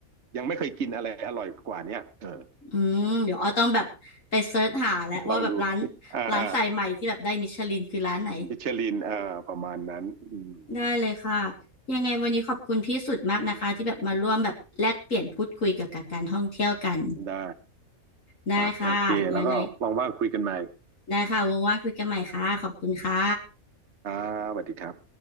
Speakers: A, on the right; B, on the left.
A: ยังไม่เคยกินอะไรอร่อยกว่าเนี้ยเออ
B: อืมเดี๋ยวอ้อต้องแบบไปเซิร์ชหาแล้วว่าแบบร้าน
A: ลองดูอ่าอ่า
B: ร้านสายใหม่ที่แบบได้มิชลินคือร้านไหน
A: มิชลินอ่าประมาณนั้นอืม
B: ได้เลยค่ะยังไงวันนี้ขอบคุณพี่สุดมากนะคะที่แบบมาร่วมแบบแลกเปลี่ยนพูดคุยเกี่ยวกับการท่องเที่ยวกัน
A: ได้
B: ได้ค่ะยังไง
A: ครับโอเคแล้วก็ว่างๆคุยกันใหม่
B: ได้ค่ะว่างๆคุยกันใหม่ค่ะขอบคุณค่ะ
A: อ่าสวัสดีครับ